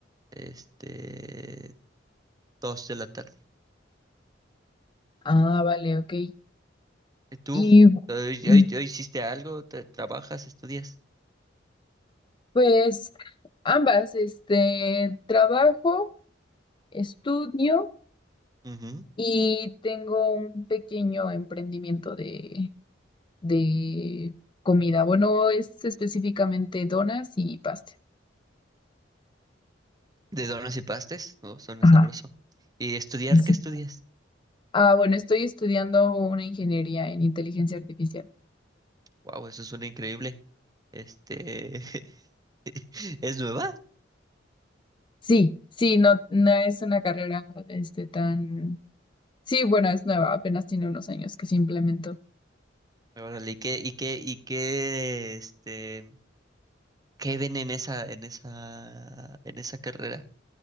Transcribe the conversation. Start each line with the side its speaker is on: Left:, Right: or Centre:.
Right: este, dos de la tarde.
Left: Ah, vale, ok.
Right: ¿Y tú?
Left: Y mm,
Right: ¿Hoy, hoy- hoy hiciste algo? ¿Te- ¿Trabajas? ¿Estudias?
Left: pues ambas, este, trabajo, estudio
Right: Ujú, ujú.
Left: y tengo un pequeño emprendimiento de, de comida. Bueno, es específicamente donas y pastel.
Right: ¿De donas y pastes? No, suena
Left: Ajá.
Right: sabroso. ¿Y estudiar?
Left: sí.
Right: ¿Qué estudias?
Left: Ah, bueno, estoy estudiando una ingeniería en inteligencia artificial.
Right: Wow, eso suena increíble. Este, <laughs> ¿es nueva?
Left: Sí, sí, no, no es una carrera este, tan Sí, bueno, es nueva, apenas tiene unos años que se implementó.
Right: Órale, ¿y qué, y qué, y qué, este, qué ven en esa, en esa, en esa carrera?